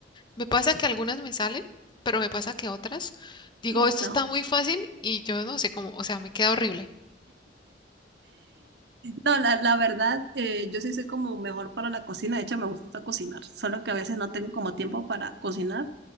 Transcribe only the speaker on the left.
Me pasa que algunas me salen, pero me pasa que otras digo,
esto está muy fácil y yo no sé cómo, o sea, me queda horrible.